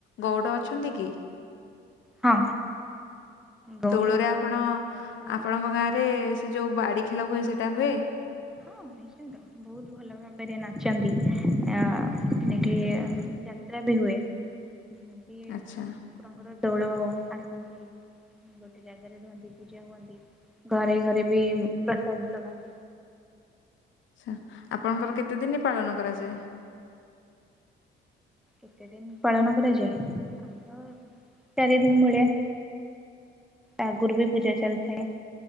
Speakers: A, on the left; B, in the centre.
A: ଗଉଡ଼ ଅଛନ୍ତି କି?
B: ହଁ ଗଉଡ଼
A: ଦୋଳରେ ଆପଣ
B: ବହୁତ ଅଛନ୍ତି
A: ଆପଣଙ୍କ ଗାଁରେ ସେ ଯୋଉ ବାଡି ଖେଳ ହୁଏ ସେଟା ହୁଏ?
B: ହଁ
A: ହ
B: ବହୁତ ଭଲ ଭାବରେ ନାଚନ୍ତି ଏଠି ଯାତ୍ରା ବି ହୁଏ। ହୁଁ
A: ଆଚ୍ଛା
B: କୁକୁରଙ୍କର ଦୋଳ ଆସନ୍ତି ଗୋଟେ ଜାଗା। ଘରେ ଘରେ ବି ପ୍ରସାଦ ଲଗାନ୍ତି।
A: ଆଛା ଆପଣଙ୍କର କେତେ ଦିନରେ ପାଳନ କରାଯାଏ?
B: କେତେ ଦିନ ପାଳନ କରାଯାଏ ଆମର ଚାରି ଦିନ ଭଳିଆ। ଆ ଗୁରୁ ବି ପୂଜା ଚଲଥାଏ।